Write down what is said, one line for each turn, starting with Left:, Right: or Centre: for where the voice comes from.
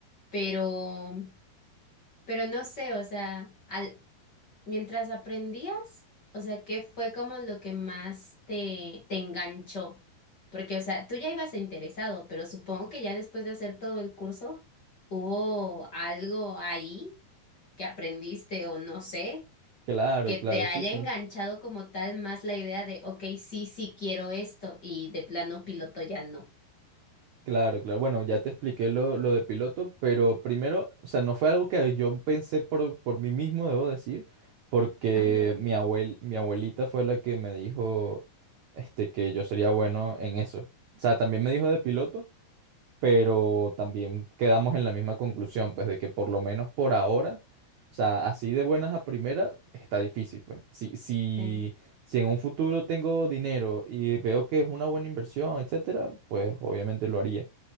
Left: pero, pero no sé, o sea, al, mientras aprendías, o sea, ¿qué fue como lo que más te, te enganchó? Porque, o sea, tú ya ibas interesado, pero supongo que ya después de hacer todo el curso, hubo algo ahí que aprendiste o no sé,
Right: Claro,
Left: que te
Right: claro,
Left: haya
Right: sí, sí.
Left: enganchado como tal más la idea de, ok, sí, sí quiero esto y de plano piloto ya no.
Right: Claro, claro. Bueno, ya te expliqué lo, lo de piloto, pero primero, o sea, no fue algo que yo pensé por, por mí mismo, debo decir, porque
Left: Ah, ¿no?
Right: mi abuel, mi abuelita fue la que me dijo, este, que yo sería bueno en eso. O sea, también me dijo de piloto, pero también quedamos en la misma conclusión, pues, de que por lo menos por ahora, o sea, así de buenas a primera, está difícil, pues. Si, si,
Left: Sí,
Right: si en un futuro tengo dinero y veo que es una buena inversión, etcétera, pues obviamente lo haría